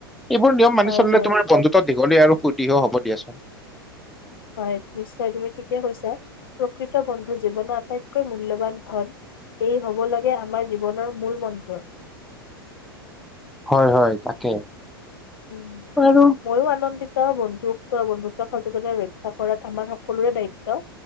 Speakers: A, in the centre; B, on the left.
A: এইবোৰ নিয়ম মানি
B: হয়
A: চলিলে
B: হয়
A: তোমাৰ বন্ধত্বত দীঘলীয়া আৰু ফূৰ্তিহে হ'ব দিয়াচোন।
B: হয় নিশ্চয় তুমি ঠিকে কৈছা প্ৰকৃত বন্ধু জীৱনৰ আটাইতকৈ মূল্যবান ধন এই হব লাগে আমাৰ জীৱনৰ মূল মন্ত্ৰ।
A: হয় হয় তাকে।
B: উম।
A: আৰু
B: মইও আনন্দি ত বন্ধুক - বন্ধুত্ব সচেতনে ৰক্ষা কৰাত আমাৰ সকলোৰে দায়িত্ব।